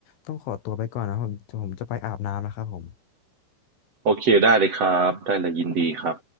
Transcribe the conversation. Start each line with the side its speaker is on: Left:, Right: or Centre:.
Left: ต้องขอตัวไปก่อนนะครับผมผมจะไปอาบน้ำแล้วครับผม
Right: โอเคได้เลยครับ ได้เลยยินดีครับ